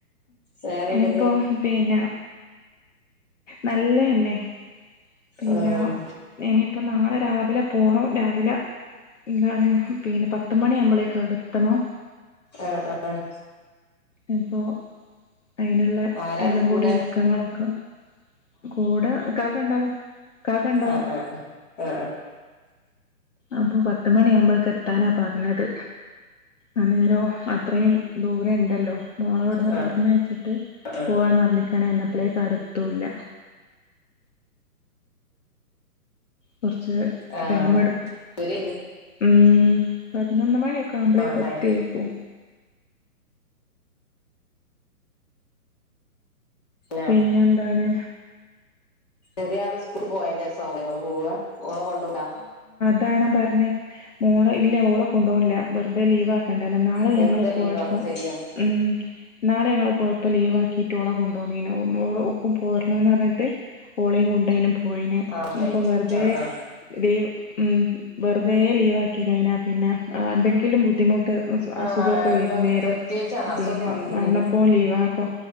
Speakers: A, on the left; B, on the left.
A: വേറെന്തൊക്കെ
B: ഇപ്പൊ പിന്നെ നല്ലേന്നെ പിന്ന
A: ഉം
B: ഇനിയിപ്പ നാളെ രാവിലെ പോണം രാവിലെ എന്താണ് പിന്നെ പത്ത് മണിയാക്മ്പളേക്ക് അടെത്തണം
A: ആഹ് ആഹ്
B: ഇപ്പോ അയിന്ള്ളെ
A: ആരാണ്
B: എല്ല കൂടി
A: കൂടെ
B: ഒരുക്കങ്ങളൊക്കെ കൂടെ കാക്കണ്ടാവും കാക്കണ്ടാവും
A: ആ ആ ആ
B: അപ്പൊ പത്തുമണിയാമ്പൾക്കെത്താനാ പറഞ്ഞത്. അന്നേരോ അത്രയും ദൂരണ്ടല്ലോ. മോളെവട്ന്ന്
A: ആ
B: പർഞ്ഞയ്ച്ചിട്ട്
A: ആ
B: പോവാന്നർഞ്ഞിക് ങ്ങണെ എന്ന പ്ലേ കാടെത്തൂല കൊർച്ച്
A: ആ
B: ടൈമെട് ഉംഹ്
A: ഒരു
B: ഉം പതിനൊന്ന് മണി കാമ്പ്ളെത്തെയ്ക്കും
A: ആ ടൈ ആ
B: പിന്നെ എന്താണ്
A: ചെറിയ ആള് സ്കൂൾക്ക് പോയേന്റെസാവുലെ ഇങ്ങള് പോവാ ഓളെ കൊണ്ടോവ്ണ്ടാ
B: താണ് പറ്ഞ്ഞേ മോള് ഇല്ലാ മോളെ കൊണ്ടോവ്ണ്ല്ല വെറുതെ ലീവാ ക്കണ്ടല്ലൊ ഇന്നാള്
A: വെറുതെ
B: ഞങ്ങള്
A: ലീവാക്ക
B: പോയപ്പോ
A: ശരിയാ
B: ഉം ഇന്നാള് ഞങ്ങള് പോയപ്പോ ലീവാ ക്കീട്ടോളെ കൊണ്ടോന്നിനു ഒ മോളെ ഓക്കും പോരണോന്നർഞ്ഞാട്ട് ഓളീം കൊണ്ടോയിനു പോയിനെ
A: ആ ഉണ്ടായി
B: അപ്പം വെറ്തെ
A: ആ ആ
B: <unintelligible> ഉം വെറുതെ ലീവാക്കിലെ അയിനാ പിന്നെ ആഹ് എന്തെങ്കിലും ബുദ്ധിമുട്ട് അസു
A: ആ
B: അസുഖൊക്കെ വര്ന്നേരും
A: ഇപ്പൊക്കെ പ്രത്യേകിച്ചാണ്
B: പിന്നെ
A: അസുഖൊക്കെ വന്നിട്ടുണ്ടെങ്കിൽ
B: അന്നപ്പോൻ ലീവാക്കും